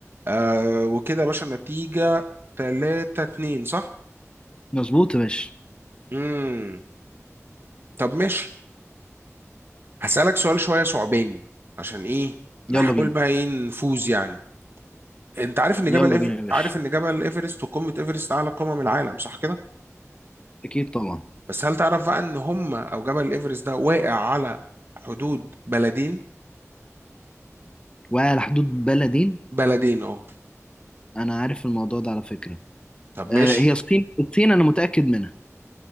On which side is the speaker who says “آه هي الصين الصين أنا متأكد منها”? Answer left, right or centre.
Left